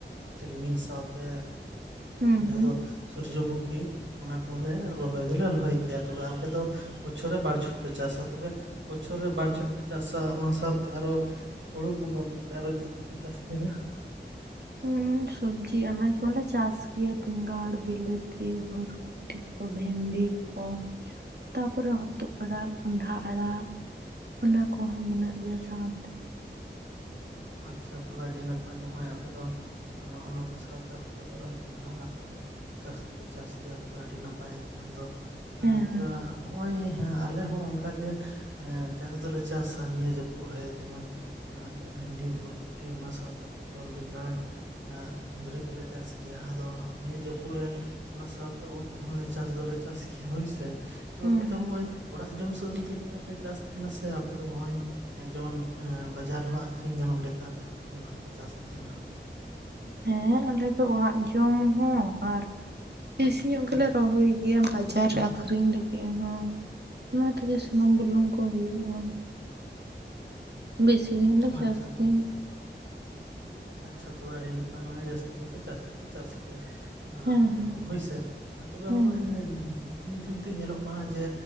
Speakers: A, on the right; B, on the right.
A: ᱛᱤᱞᱢᱤᱧ ᱥᱟᱶᱛᱮ᱾
B: ᱦᱩᱸ
A: ᱡᱟᱦᱟᱸ
B: ᱦᱩᱸ
A: ᱫᱚ ᱥᱩᱨᱡᱚᱢᱩᱠᱷᱤ ᱚᱱᱟ ᱠᱚᱦᱚᱸᱞᱮ ᱨᱚᱦᱚᱭ ᱫᱚᱞᱮ ᱨᱚᱦᱚᱭ ᱜᱮᱭᱟ ᱛᱚᱵᱮ ᱟᱯ ᱟᱯᱮ ᱫᱚ ᱵᱚᱪᱷᱚᱨ ᱨᱮ ᱵᱟᱨᱚ ᱪᱷᱚᱴ ᱯᱮ ᱪᱟᱥᱟ ᱛᱚᱵᱮ ᱵᱚᱪᱷᱚᱨ ᱨᱮ ᱵᱟᱨ ᱪᱷᱴ ᱯᱮ ᱪᱟᱥᱟ ᱚᱱᱟ ᱥᱟᱶᱛᱮ ᱟᱨᱚ ᱦᱳᱲᱳ ᱠᱚ ᱵᱟᱫ ᱠᱟᱛᱮ ᱟᱨᱚ ᱪᱮᱜ ᱠᱚᱯᱮ ᱪᱟᱥ ᱛᱟᱦᱮᱱᱟ?
B: ᱦᱩᱸ ᱥᱚᱵᱽᱡᱤ ᱟᱱᱟᱡᱽ ᱠᱚᱦᱚᱞᱮ ᱪᱟᱥ ᱜᱮᱭᱟ ᱵᱮᱸᱜᱟᱲ, ᱵᱤᱞᱟᱹᱛ ᱛᱤᱭ ᱵᱷᱚᱨᱵᱚᱴᱤ ᱠᱚ, ᱵᱷᱮᱱᱰᱤ ᱠᱚ᱾ ᱛᱟᱯᱚᱨᱮ ᱦᱛᱚᱜ ᱟᱲᱟᱜ, ᱠᱚᱸᱰᱷᱟ ᱟᱲᱟᱜ᱾ ᱚᱱᱟ ᱠᱚᱦᱚᱸ ᱢᱮᱱᱟᱜ ᱜᱮᱭᱟ ᱥᱟᱶᱛᱮ᱾
A: ᱟᱪᱪᱷᱟ ᱛᱚᱵᱮ ᱟᱹᱰᱤ ᱱᱟᱯᱟᱭ ᱦᱚᱸᱜ-ᱚᱭ ᱟᱯᱮ ᱫᱚ ᱚᱱ-ᱚᱱᱟ ᱠᱚ ᱥᱟᱶᱛᱮ ᱦᱚᱛᱚᱜ ᱟᱲᱟᱜ ᱠᱚᱸᱰᱷᱟ ᱟᱲᱟᱜ ᱯᱮ ᱪᱟᱥ ᱫᱚᱯᱮ ᱪᱟᱥ ᱜᱮᱭᱟ ᱛᱚᱵᱮ ᱟᱹᱰᱤ ᱱᱟᱯᱟᱭ ᱮᱱᱠᱷᱟᱱ ᱫᱚ
B: ᱦᱮᱸ
A: ᱮᱸ ᱛᱚᱵᱮ
B: ᱦᱮᱸ
A: ᱦᱚᱸᱜ-ᱚᱭ ᱦᱮᱸ ᱟᱞᱮ ᱦᱚᱸ ᱚᱱᱠᱟᱜᱮ ᱮᱸ ᱪᱟᱥ ᱫᱚᱞᱮ ᱪᱟᱥᱟ ᱱᱤᱭᱟᱹ ᱡᱟᱹᱯᱩᱫ ᱨᱮ ᱡᱮᱢᱚᱱ ᱢᱮᱱᱟᱜ ᱟᱠᱟᱟᱜᱼᱟ ᱵᱷᱮᱱᱰᱤ, ᱵᱷᱳᱨᱵᱩᱴᱤ ᱚᱱᱟ ᱥᱟᱶᱛᱮ ᱯᱚᱴᱚᱞ, ᱵᱮᱸᱜᱟᱲ᱾ ᱟ ᱠᱩᱸᱫᱽᱨᱤ ᱠᱚᱞᱮ ᱪᱟᱥ ᱜᱮᱭᱟ ᱟᱫᱚ ᱱᱤᱭᱟᱹ ᱡᱟᱹᱯᱩᱫ ᱨᱮ ᱚᱱᱟ ᱥᱟᱶᱛᱮ ᱩᱫᱽ ᱠᱚᱦᱚᱸᱞᱮ ᱪᱟᱥ ᱫᱚᱞᱮ ᱪᱟᱥ ᱜᱮᱭᱟ ᱦᱳᱭᱥᱮ᱾ ᱛᱚ
B: ᱦᱮᱸ
A: ᱟᱯᱮ ᱫᱚ ᱦᱚᱸᱜᱼᱚᱭ ᱚᱲᱟᱜ ᱡᱚᱢ ᱥᱟᱹᱞᱛᱮᱠᱟᱯᱮ ᱪᱟᱥ ᱛᱟᱦᱮᱱᱟ ᱥᱮ ᱟᱯᱮ ᱫᱚ ᱦᱚᱸᱜᱼᱚᱭ ᱮᱸ ᱡᱮᱢᱚᱱ ᱮᱸ ᱵᱟᱡᱟᱨ ᱨᱮᱦᱚᱸ ᱟᱠᱷᱨᱤᱧ ᱜᱟᱱᱚᱜ ᱞᱮᱠᱟ᱾ ᱚᱱᱠᱟᱯᱮ ᱪᱟᱥ ᱛᱟᱦᱮᱱᱟ?
B: ᱦᱮᱸ ᱟᱞᱮ ᱫᱚ ᱚᱲᱟᱜ ᱡᱚᱢ ᱦᱚᱸ ᱟᱨ ᱵᱮᱥᱤ ᱧᱚᱜ ᱚᱱᱠᱟ ᱞᱮ ᱜᱮᱞᱮ ᱨᱚᱦᱚᱭ ᱜᱮᱭᱟ ᱵᱟᱡ ᱪᱟᱨ ᱨᱮ ᱟᱠᱠᱷᱨᱤᱧ ᱞᱟᱹᱜᱤᱫ ᱦᱚᱸ ᱱᱣᱟ ᱛᱮᱜᱮ ᱥᱩᱱᱩᱢ ᱵᱩᱞᱩᱝ ᱠᱚ ᱦᱳᱭᱳᱜᱼᱟ᱾ ᱵᱮᱥᱤ ᱧᱚᱜ ᱜᱮᱞᱮ ᱪᱟᱥ
A: ᱟᱪᱪᱷᱟ ᱛᱚᱵᱮ
B: ᱛᱟᱦᱮᱸ-ᱟ᱾
A: ᱟᱪᱪᱷᱟ ᱛᱚᱵᱮ ᱟᱹᱰᱤ ᱱᱟᱯᱟᱭ ᱢᱟᱱᱮ ᱡᱟᱹᱥᱛᱤ ᱜᱮᱯᱮ ᱪᱟᱥ ᱫᱚᱯᱮ ᱪᱟᱥ ᱜᱮᱭᱟ᱾ ᱟ
B: ᱦᱮᱸ
A: ᱦᱟᱯᱮ
B: ᱦᱮᱸ
A: ᱦᱚᱸ ᱦᱳᱭᱥᱮ? ᱛᱚᱵᱮ
B: ᱦᱮᱸ
A: ᱦᱚᱸᱜᱼᱚᱭ ᱫᱤᱱ ᱫᱤᱱᱛᱮ ᱧᱮᱞᱚᱜ ᱠᱟᱱᱟ ᱡᱮ